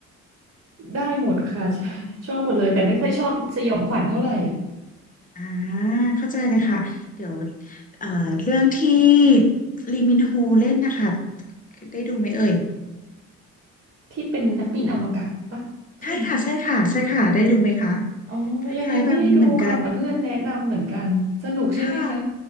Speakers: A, on the right; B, on the left.
A: ได้หมดค่ะ <laughs> ชอบชอบหมดเลยแต่ไม่ค่อยชอบสยองขวัญเท่าไหร่
B: อ่าเข้าใจเลยค่ะเดี๋ยวเอ่อเรื่องที่ลีมินโฮเล่นนะคะได้ดูไหมเอ่ย
A: ที่เป็นนักบินอวกาศปะใช่ไหม
B: ใช่ค่ะใช่ค่ะใช่ค่ะได้ดูไหมคะ
A: อ๋อยังยังไม่ได้ดูค่ะแต่เพื่อนแนะนำเหมือนกันสนุกใช่ไหมคะ
B: คล้ายๆแบบนี้เหมือนกัน ค่ะ